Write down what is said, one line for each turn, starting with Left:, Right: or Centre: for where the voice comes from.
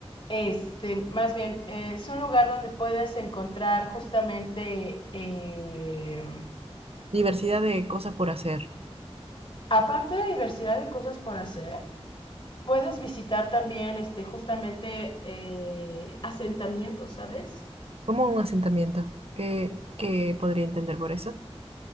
Left: Este, más bien, eh, es un lugar donde puedes encontrar justamente, eh,
Right: Diversidad de cosas por hacer.
Left: aparte de diversidad de cosas por hacer, puedes visitar también, este, justamente eh, asentamientos, ¿sabes?
Right: Como un asentamiento. ¿Qué, qué podría entender por eso?